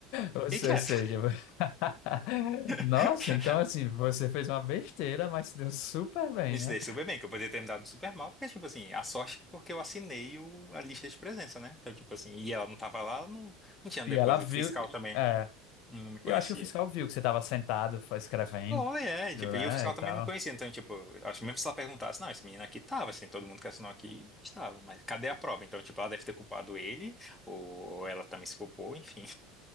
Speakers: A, on the left; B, in the centre.
A: Ou se-
B: fiquei quieto.
A: ou seja, <laughs> nossa,
B: <laughs>
A: então assim, você fez uma besteira, mas se deu super bem,
B: Me
A: né?
B: dei super bem, que eu poderia ter me dado super mal, porque, tipo assim, a sorte, porque eu assinei o- a lista de presença, né? Então, tipo assim, e ela não tava lá, não, não tinha depois,
A: E ela viu,
B: o fiscal também
A: é,
B: não me conhecia.
A: eu acho que o fiscal viu que você estava sentado, foi escrevendo,
B: oh é,
A: né,
B: tipo, e o fiscal
A: e
B: também
A: tal.
B: não me conhecia, então, tipo, acho que mesmo se ela perguntasse, não, esse menino aqui tava, assim, todo mundo que assinou aqui estava, mas cadê a prova? Então, tipo, ela deve ter culpado ele, ou ela também se culpou, enfim,